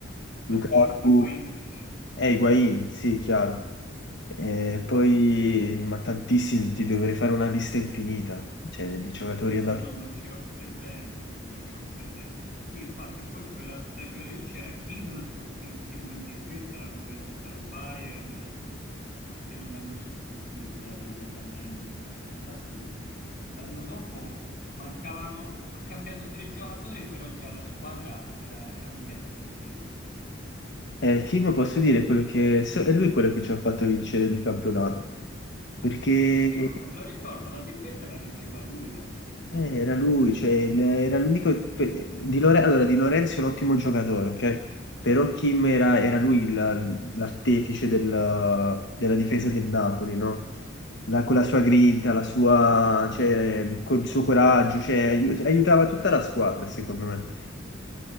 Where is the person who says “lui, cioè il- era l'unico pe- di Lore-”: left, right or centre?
Left